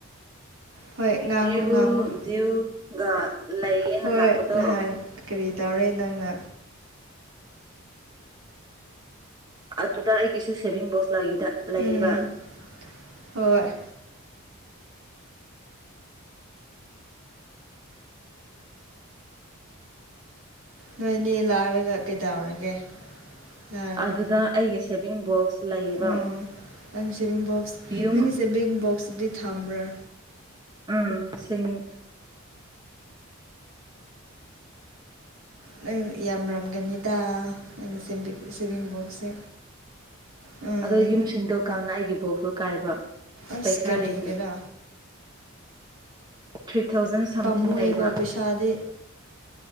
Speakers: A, on the right; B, on the right.
A: ꯍꯣꯏ ꯉꯥꯡꯉꯣ
B: ꯭ꯗ꯭ꯌꯨ
A: ꯉꯥꯡꯉꯣ
B: ꯗ꯭ꯌꯨꯒ ꯂꯩꯒꯦꯅ
A: ꯍꯣꯏ
B: ꯂꯥꯛꯄꯗꯣ
A: ꯅꯍꯥꯟ ꯀꯔꯤ ꯇꯧꯔꯦ ꯅꯪꯅ
B: ꯑꯗꯨꯗ ꯑꯩꯒꯤꯁꯨ ꯁꯦꯚꯤꯡ ꯕꯣꯛꯁ ꯂꯩꯒꯤꯗ
A: ꯎꯝ
B: ꯂꯩꯌꯦꯕ
A: ꯍꯣꯏ ꯅꯣꯏꯅꯤ ꯂꯥꯛꯔꯒ ꯀꯩꯗꯧꯔꯒꯦ ꯌꯥꯔꯦ
B: ꯑꯗꯨꯗ ꯑꯩꯒꯤ ꯁꯦꯚꯤꯡ ꯕꯣꯛꯁ ꯂꯩꯌꯦꯕ
A: ꯎꯝ ꯅꯪ ꯁꯦꯚꯤꯡ ꯕꯣꯛꯁ
B: ꯌꯨꯝ
A: ꯅꯪꯒꯤ ꯁꯦꯚꯤꯡ ꯕꯣꯛꯁꯇꯗꯤ ꯊꯝꯕ꯭ꯔꯥ
B: ꯎꯝ ꯁꯤꯡ
A: ꯅꯪ ꯌꯥꯝꯔꯝꯒꯅꯤꯗꯥ ꯅꯪꯩꯒꯤ ꯁꯦꯚꯤꯡ ꯁꯦꯚꯤꯡ ꯕꯣꯛꯁꯁꯦ ꯎꯝ
B: ꯑꯗꯣ ꯌꯨꯝꯁꯤꯡꯗꯣ ꯀꯥꯡꯅ ꯑꯩꯒꯤ ꯕꯣꯛꯁꯇꯣ ꯀꯥꯏꯕ
A: ꯑꯁ
B: ꯄꯩꯁꯥ
A: ꯀꯔꯤꯒꯤꯔꯥ
B: ꯂꯩꯇꯕ ꯊ꯭ꯔꯤ ꯊꯥꯎꯖꯟ ꯁꯝꯊꯤꯡ
A: ꯄꯃꯨꯏꯌꯦꯀꯣ
B: ꯂꯩꯕ
A: ꯄꯩꯁꯥꯗꯤ